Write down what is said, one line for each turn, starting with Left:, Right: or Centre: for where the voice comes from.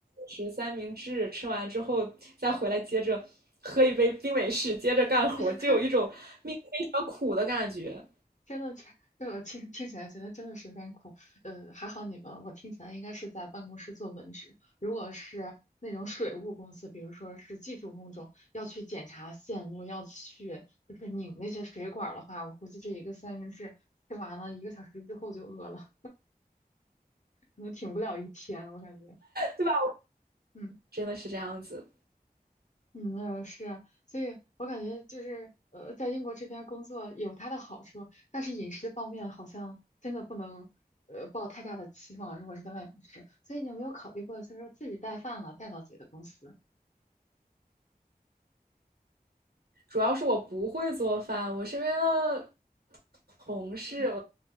Right: 食三明治，吃完之后再回来接着喝一杯冰美式，接着干活，
Left: <laughs>
Right: 就有一种命非常苦的感觉，
Left: 真的这对我听听起来觉得真的是有点苦。呃，还好你们，我听起来应该是在办公室做文职。如果是那种水务公司，比如说是技术工种，要去检查线路，要去就是拧那些水管儿的话，我估计这一个三明治吃完了一个小时之后就饿了，可能挺不了一天，我感觉。
Right: 对吧？
Left: 嗯。
Right: 真的是这样子，
Left: 嗯，呃是啊，所以我感觉就是呃，在英国这边工作有它的好处，但是饮食方面好像真的不能呃抱太大的期望，如果是在外面吃，所以你有没有考虑过，就是自己带饭了，带到自己的公司？
Right: 主要是我不会做饭，我身边的同事。
Left: 嗯